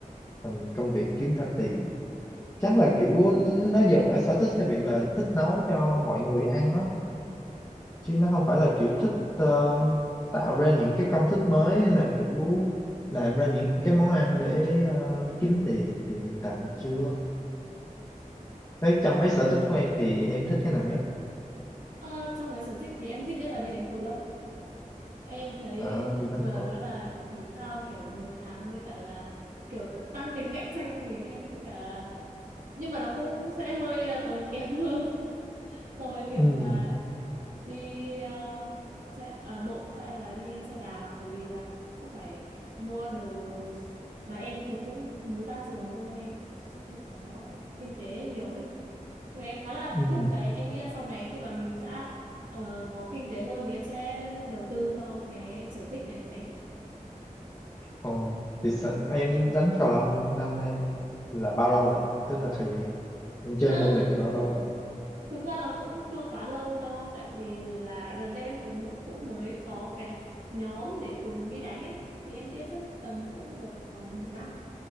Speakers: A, on the left; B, on the right.
A: thành công việc kiếm ra tiền. Chắc là kiểu nó dừng ở sở thích theo việc là thích nấu cho mọi người ăn đó chứ nó không phải là kiểu thích ờ, tạo ra những cái công thức mới hay là kiểu làm ra những cái món ăn để ờ, kiếm tiền thì hiện tại thì chưa. Thế trong mấy sở thích của em thì em thích cái nào nhất?
B: Ờ, trong cái sở thích thì em thích nhất là đi đánh cầu lông. em thấy
A: À, đi
B: vừa
A: đánh cầu
B: đó
A: lông.
B: là thể thao kiểu đối kháng với cả là kiểu có tăng tính cạnh tranh cho mình em với cả là nhưng mà nó cũng sẽ hơi à, tốn kém hơn <laughs> so với việc
A: Ừ,
B: là đi à, chạy à, bộ hay là đi xe đạp bởi vì là cũng phải mua đồ mà em thì cũng mới ra trường thôi em cũng chưa có kinh tế nhiều ấy nhưng mà em khá là
A: ừ.
B: thích đấy em nghĩ là sau này khi mà mình đã ờ, có kinh tế hơn thì em sẽ đầu tư cho cái sở thích này của em
A: Ờ, thì sa- em đánh cầu lông năm nay là bao lâu rồi? Tức là thời gian em chơi
B: À,
A: môn này được bao lâu rồi?
B: thực ra là cũng chưa quá lâu đâu tại vì là gần đây em cũng cũng mới có cái nhóm để cùng đi đánh ấy thì em nghĩ chắc tầm cũng được uh, nửa năm